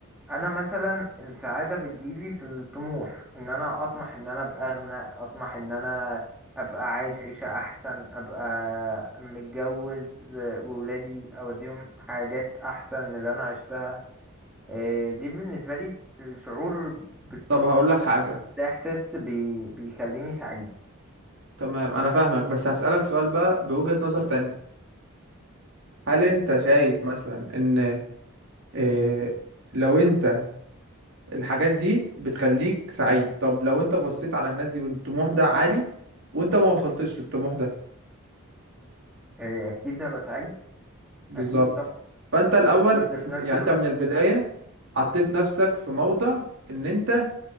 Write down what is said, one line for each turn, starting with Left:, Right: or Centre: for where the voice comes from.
Centre: انا مثلا السعاده بتجيلي في الطموح ان انا اطمح ان انا ابقى اغنى اطمح ان انا ابقى عايش عيشه احسن ابقى متجوز آه، وولادي اوديهم حاجات احسن من اللي انا عشتها آه، دي بالنسبه لي الشعور بالطموح
Right: طب هقول لك حاجه
Centre: ده احساس بي بيخليني سعيد
Right: تمام انا فاهمك بس هسالك سؤال بقى بوجهه نظر تانية هل انت شايف مثلا ان إيه لو انت الحاجات دي بتخليك سعيد طب لو انت بصيت على الناس دي والطموح ده عالي وانت ما وصلتش للطموح ده
Centre: إيه، اكيد ده بتعيش
Right: بالظبط
Centre: اكيد طبعا
Right: فانت
Centre: بس
Right: الاول
Centre: بس في
Right: في-
Centre: نفس
Right: يعني
Centre: الوقت
Right: انت من البداية حطيت نفسك في موضع ان انت